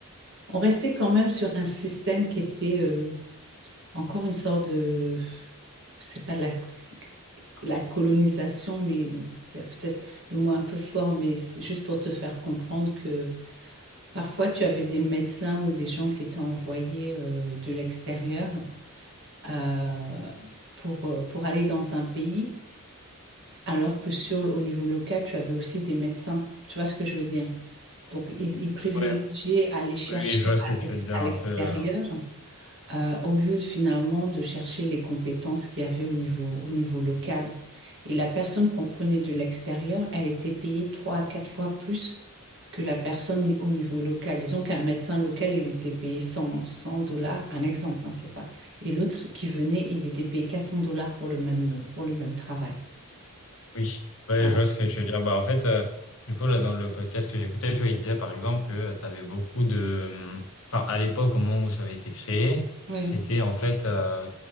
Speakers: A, on the right (about 55°); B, on the left (about 65°).
A: On restait quand même sur un système qui était... euh, encore une sorte de, c'est pas de la, c'est la colonisation, mais c'est peut-être le mot un peu fort, mais c'est juste pour te faire comprendre que parfois tu avais des médecins ou des gens qui étaient envoyés euh, de l'extérieur euh, pour, euh, pour aller dans un pays, alors que sur, au niveau local, tu avais aussi des médecins. Tu vois ce que je veux dire? Donc, ils, ils privilégiaient
B: ouais,
A: aller chercher
B: oui, oui, je vois ce
A: à
B: que tu
A: l'ex-
B: veux dire
A: à
B: un
A: l'extérieur
B: peu. euh,
A: euh, au lieu de, finalement de chercher les compétences qu'il y avait au niveau, au niveau local. Et la personne qu'on prenait de l'extérieur, elle était payée trois à quatre fois plus que la personne au niveau local. Disons qu'un médecin local, il était payé 100, 100 dollars, un exemple, hein, c'est pas. Et l'autre qui venait, il était payé 400 dollars pour le même, pour le même travail.
B: Oui, ouais,
A: Voilà.
B: je vois ce que tu veux dire. Bah, en fait, euh, du coup, là, dans le podcast que j'écoutais, tu vois, il disait par exemple que tu avais beaucoup de. Enfin, à l'époque, au moment où ça avait été créé,
A: Oui,
B: c'était en fait euh,